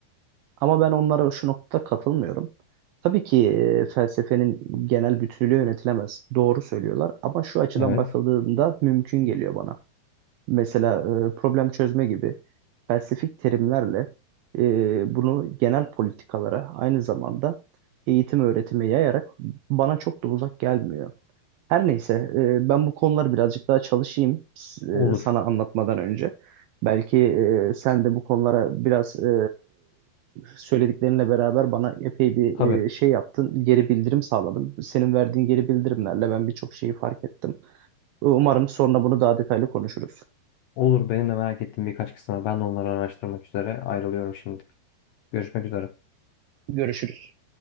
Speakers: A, on the right; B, on the left.
A: Ama ben onlara şu noktada katılmıyorum. Tabii ki e, felsefenin genel bütünlüğü yönetilemez. Doğru söylüyorlar ama şu açıdan
B: Evet.
A: bakıldığında mümkün geliyor bana. Mesela e, problem çözme gibi felsefik terimlerle e, bunu genel politikalara aynı zamanda eğitim öğretime yayarak bana çok da uzak gelmiyor. Her neyse e, ben bu konuları birazcık daha çalışayım s-
B: Olur.
A: e, sana anlatmadan önce. Belki e, sen de bu konulara biraz e, söylediklerinle beraber bana epey bir
B: Tabii.
A: e, şey yaptın, geri bildirim sağladın. Senin verdiğin geri bildirimlerle ben birçok şeyi fark ettim. Umarım sonra bunu daha detaylı konuşuruz.
B: Olur. Benim de merak ettiğim birkaç kısım var. Ben de onları araştırmak üzere ayrılıyorum şimdi. Görüşmek üzere.
A: Görüşürüz.